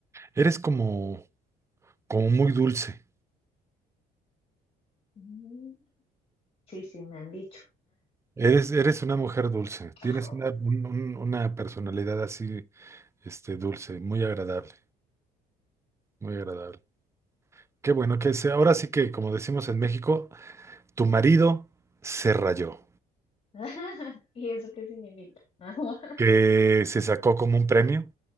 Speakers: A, on the right; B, on the left.
A: eres como... como muy dulce.
B: Ujú. Sí, sí, me han dicho.
A: Eres, eres una mujer dulce.
B: <laughs>
A: Tienes una, un- un- una personalidad así, este, dulce, muy agradable, muy agradable. Qué bueno que se. Ahora sí que, como decimos en México, tu marido se rayó,
B: <laughs> ¿Y eso qué significa? <laughs>
A: que se sacó como un premio.